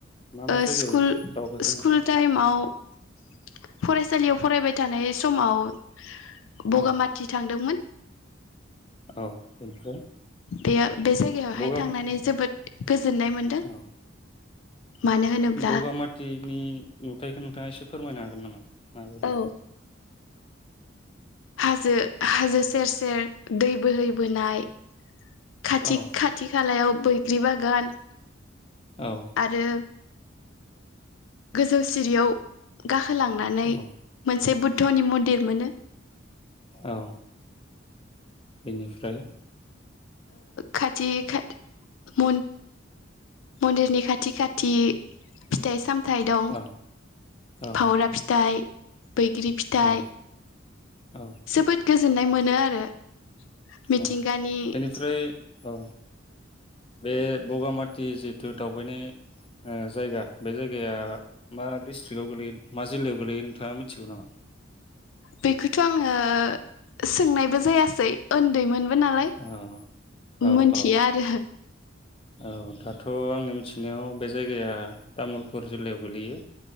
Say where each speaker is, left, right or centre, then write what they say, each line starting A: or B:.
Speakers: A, on the left; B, on the left.
A: मा मा
B: ओ
A: जायगायाव
B: स्कुल
A: दावबायखो
B: स्कुल
A: नोंथां
B: टाइमाव फरायसालियाव फरायबाय थानाय समाव <unintelligible>
A: औ औ औ बेनिफ्राय
B: बेयो बे जायगायावहाय
A: बगा
B: थांनानै जोबोद गोजोननाय मोनदों
A: औ
B: मानो होनोब्ला
A: बगामाथिनि नुथाइखौ नोंथाङा एसे फोरमायनो हागोन गोन नामा? मा बायदि
B: औ हाजो हाजो सेर सेर दै बोहैबोनाय खाथि
A: औ
B: खाथि खालायाव बैग्रि बागान
A: औ
B: आरो गोजौ सिरियाव गाहाय बोलांनानै
A: औ
B: मोनसे बु धनि मन्दिर मोनो
A: औ बेनिफ्राय
B: खाथि खाथि मन्दिरनि खाथि खाथि फिथाइ सामथ फिथाय दं
A: औ औ
B: फावरा फिथा <unintelligible> बैग्रि फिथाइ
A: औ औ
B: जोबोद गोजोननाय मोनो आरो मिथिंगानि
A: औ बेनिफ्राय औ बे बगामाति जिथु दावबायनाय जायगा बे जायगाया मा डिस्ट्रिकआव गोलैयो मा जिल्लायाव गोलैयो नोंथाङा मिथिगौ नामा?
B: बेखौथ' आंङो सोंनायबो जायासै उन्दैमोन नालाय
A: औ औ
B: मोनथिया
A: औ
B: आरो
A: औ दाथ आंनि मिथिनायाव बे जायगाया तामुलपुर जिल्लायाव गोलैयो।